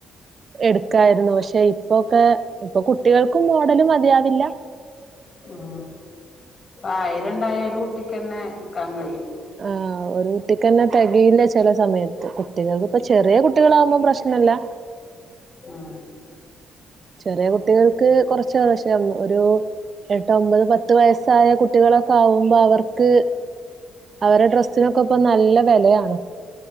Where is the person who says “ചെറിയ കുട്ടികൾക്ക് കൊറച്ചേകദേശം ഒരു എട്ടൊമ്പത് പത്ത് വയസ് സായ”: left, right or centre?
Right